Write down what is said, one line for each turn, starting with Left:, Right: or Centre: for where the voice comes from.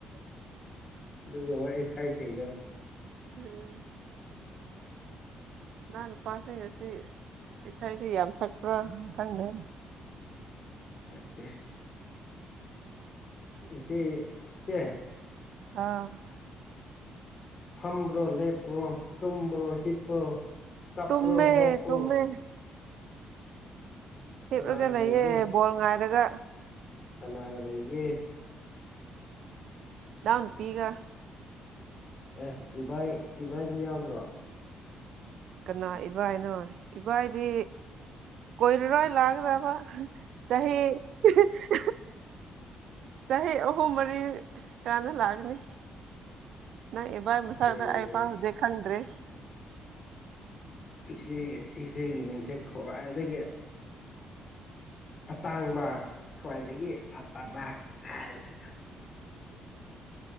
Left: ꯑꯗꯨꯒꯨꯝꯕ ꯏꯁꯩꯥꯁꯤꯡꯗꯣ
Right: ꯎꯝ ꯏꯅꯥ ꯅꯨꯄꯥꯁꯤ ꯉꯁꯤ ꯏꯁꯩꯁꯤ ꯌꯥꯝ ꯁꯛꯄ꯭ꯔꯥ ꯈꯪꯗꯦ
Left: ꯁꯛꯇꯦ ꯏꯆꯦ ꯏꯆꯦ
Right: ꯍꯥꯎ
Left: ꯐꯝꯕ꯭ꯔꯣ ꯂꯦꯞꯄ꯭ꯔꯣ ꯇꯨꯝꯕ꯭ꯔꯣ ꯍꯤꯞꯄ꯭ꯔꯣ ꯀꯞꯄ꯭ꯔꯣ
Right: ꯇꯨꯝꯃꯦ
Left: ꯅꯣꯛꯄ꯭ꯔꯣ
Right: ꯇꯨꯝꯃꯦ ꯍꯤꯞꯔꯒ
Left: ꯀꯅꯥꯒ
Right: ꯂꯩꯌꯦ
Left: ꯂꯩꯒꯦ
Right: ꯕꯣꯜ ꯉꯥꯏꯔꯒ
Left: ꯀꯅꯥꯒ ꯂꯩꯒꯦ
Right: ꯏꯅꯥꯎꯅꯨꯄꯤꯒ
Left: ꯑꯦ ꯏꯕꯥꯏ ꯏꯕꯥꯏꯗꯤ ꯌꯥꯎꯗ꯭ꯔꯣ
Right: ꯀꯅꯥ ꯏꯕꯥꯏꯅꯣ ꯏꯕꯥꯏꯗꯤ ꯀꯣꯏꯔꯔꯣꯏ ꯂꯥꯛꯀꯗꯕ ꯆꯍꯤ ꯍ ꯆꯍꯤ ꯑꯍꯨꯝ ꯃꯔꯤ ꯀꯥꯟꯅ ꯂꯥꯛꯒꯅꯤ ꯅꯣꯏ ꯏꯕꯥꯏ ꯃꯁꯛꯗꯣ
Left: ꯑꯦ
Right: ꯑꯩꯐꯥꯎ ꯍꯧꯖꯤꯛ ꯈꯪꯗ꯭ꯔꯤ
Left: ꯏꯆꯦ ꯏꯆꯦꯒꯤ ꯃꯤꯡꯆꯦ ꯈ꯭ꯋꯥꯏꯗꯒꯤ ꯑꯇꯥꯡꯕ ꯈ꯭ꯋꯥꯏꯗꯒꯤ ꯑꯐꯥꯕꯥ ꯍꯥꯏꯁ